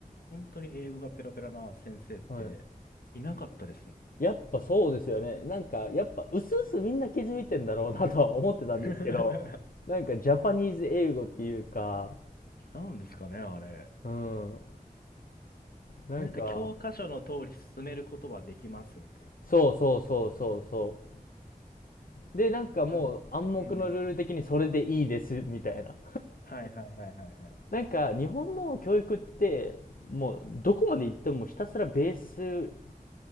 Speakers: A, on the left (about 85°); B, on the left (about 65°).
A: 本当に英語がペラペラな先生っていなかったですもん。
B: はいやっぱそうですよねなんかやっぱうすうすみんな気づいてんだろうなとは思ってたんですけどなんかジャパニーズ英語っていうか
A: <laughs> なんですかね、あれ。
B: うんなんか
A: なんか教科書の通り進めることはできますみたいな。
B: そうそうそうそうそうで、なんかもう暗黙のルール的にそれでいいです、
A: かうん。
B: みたいな。
A: はいはいはいはいはい。
B: なんか日本の教育って、もうどこまで行ってもひたすらベース